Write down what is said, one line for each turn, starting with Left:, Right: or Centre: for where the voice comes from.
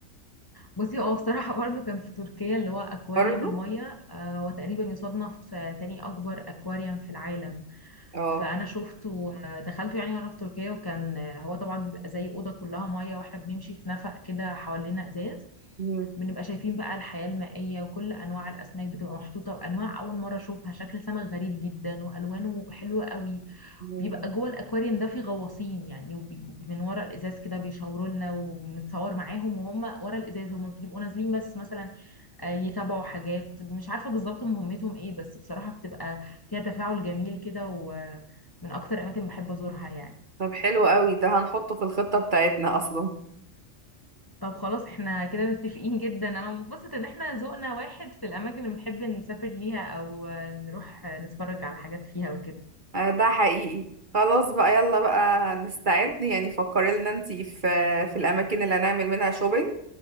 Left: بصي هو بصراحة برضه كان في تركيا اللي هو أكواريوم
Right: برضو
Left: المية آه، هو تقريبا يصنف في تاني أكبر أكواريوم في العالم
Right: اه
Left: فأنا شفته آه، دخلته يعني وأنا في تركيا وكان آه، هو طبعا بيبقى زي أوضة كلها مية وإحنا بنمشي في نفق كده حوالينا إزاز
Right: مم.
Left: بنبقى شايفين بقى الحياة المائية وكل أنواع الأسماك بتبقى محطوطة وأنواع أول مرة أشوفها شكل سمك غريب جدا وألوانه حلوة قوي
Right: مم.
Left: بيبقى جوه الاكواريوم ده في غواصين يعني وبي... من ورا الازاز كده بيشاوروا لنا وبنتصور معاهم وهم ورا الازاز هم بيبقوا نازلين بس مثلا آه، يتابعوا حاجات مش عارفه بالظبط مهمتهم ايه بس بصراحه بتبقى فيها تفاعل جميل كده ومن اكتر اماكن بحب ازورها يعني
Right: طب حلو قوي ده هنحطه في الخطة بتاعتنا اصلا
Left: طب خلاص احنا كده متفقين جدا انا مبسوطه ان احنا ذوقنا واحد في الاماكن اللي بنحب نسافر ليها او آه، نروح آه، نتفرج على حاجات فيها وكده
Right: آه، ده حقيقي خلاص بقى يلا بقى نستعد يعني فكري لنا انتي في في الاماكن اللي هنعمل منها شوبينج